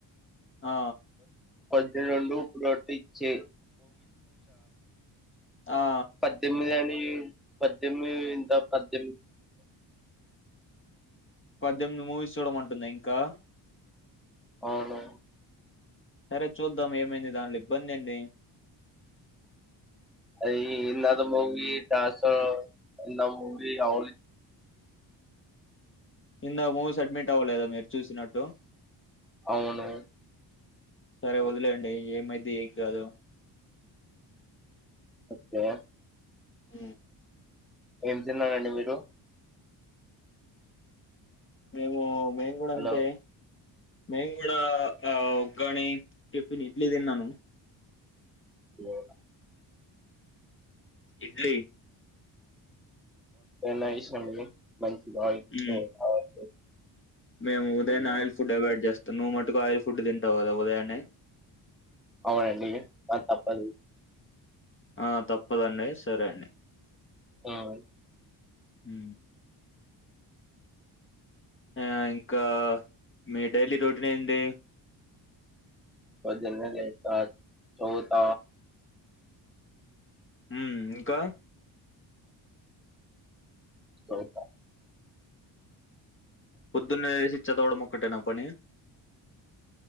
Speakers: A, on the left; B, in the centre.
A: ఆ
B: పధ్య రడు ప్రతి చే <inaudible>
A: ఆ
B: పద్దెనిమిది పద్దెనిమిదింద పద్దెమి
A: పద్దెనిమిది మూవీస్ చూడమంటుంద ఇంకా
B: అవును
A: సరే చూద్దాం ఏమైంది దాంట్లో ఇబ్బంది ఏంది
B: అ ఎతో మూవీ చస ఎ మూవీ అ
A: ఇంద మూ స అడ్మెట్ అవ్వలేదా మీరు చూసినట్టు
B: అవును
A: సరే వదిలేండి ఏమైది ఏం కాదు
B: అఓకే
A: అ
B: ఏం తిన్నారండి మీరు
A: మేము మేం కూడా
B: హలో
A: అంతే మేను కూడా ఆ ఉగాని టిఫిన్ ఇడ్లీ తిన్నాను
B: ఏ
A: ఇడ్లీ
B: నైస్ అండి ఆయిల్
A: మ్మ్
B: తో తయారు
A: మేము
B: చేసుకున్నాం.
A: ఉదయం ఆయిల్ ఫుడ్ అవాయిడ్ చేస్తాం నువ్వు మటుకు ఆయిల్ ఫుడ్ తింటావు కదా ఉదయాన్న
B: అవునండి తప్పదు
A: ఆ తప్పదండి సరే అండి
B: ఉమ్,
A: హ ఆ ఇంకా మీ డైలీ రోటీని ఏంది
B: పొద్దున లేస్త చదువుత
A: హ్మ్ ఇంకా
B: హలో
A: పొద్దున్నే లేసి చదవడం ఒక్కటేనా పనీ